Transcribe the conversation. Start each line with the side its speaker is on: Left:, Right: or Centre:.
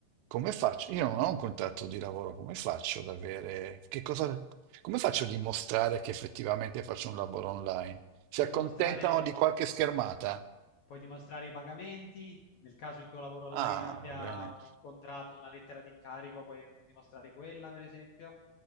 Right: come faccio? Io non ho un contratto di lavoro, come faccio ad avere... Che cosa... Come faccio a dimostrare che effettivamente faccio un lavoro online? Si
Left: puoi
Right: accontentano
Left: dimostrare
Right: di qualche schermata?
Left: Puoi dimostrare i pagamenti, nel caso il tuo lavoro online
Right: Ah,
Left: abbia
Right: va bene.
Left: un contratto, una lettera di incarico, puoi dimostrare quella, per esempio.